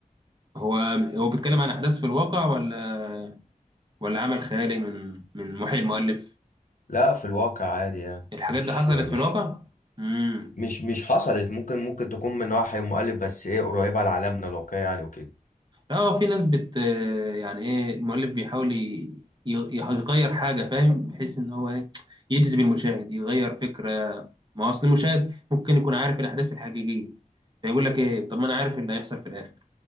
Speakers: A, on the right (about 30°); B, on the left (about 65°).
A: هو هو بيتكلم عن احداث في الواقع ولا ولا عمل خيالي من من محي المؤلف
B: لا في الواقع عادي يعني
A: الحاجات
B: مش
A: دي حصلت
B: مش
A: في الواقع امم
B: مش مش حصلت ممكن ممكن تكون من وحي مؤلف بس ايه قريبة لعالمنا الواقعي يعني وكده
A: اه في ناس بت يعني ايه المؤلف بيحاول ي- ي- يغير حاجه فاهم بحيث ان هو ايه يجذب المشاهد يغير فكره ما هو اصل المشاهد ممكن يكون عارف الاحداث الحقيقيه فيقول لك ايه طب ما انا عارف إيه اللي هيحصل في الاخر